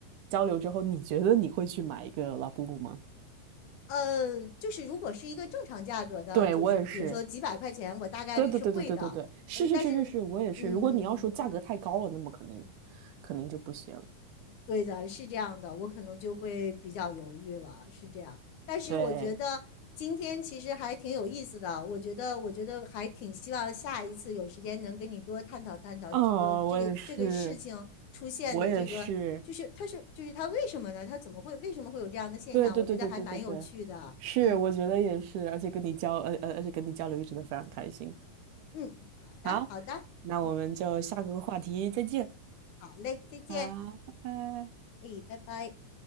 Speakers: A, on the right; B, on the left.
A: 交流之后，你觉得你会去买一个拉布布吗？
B: 呃，就是如果是一个正常价格的，
A: 对，
B: 就是比如说几百块钱，
A: 我也是，
B: 我大概率是会的。
A: 对对对对对对对，是是是是是，
B: 嗯，但是，
A: 我也是。
B: 嗯，
A: 如果你要说价格太高了，那么肯定肯定就不行。
B: 对的，是这样的，我可能就会比较犹豫了，是这样。但是我觉得今天其实还挺有意思的，
A: 对，
B: 我觉得，我觉得还挺希望下一次有时间能跟你多探讨探讨这个这个这个事情出现的这个，
A: 哦，我也是，我也是。
B: 就是它是就是它为什么呢？它怎么会为什么会有这样的现象？
A: 对对对对对对对，
B: 我觉得还蛮有趣的。
A: 是，
B: 嗯
A: 我觉得也是，而且跟你交，呃呃，而且跟你交流一直都非常开心。
B: 嗯，好的好的，
A: 好，那我们就下个话题再见。
B: 好好嘞，再见，
A: 好，拜拜。
B: 哎，拜拜。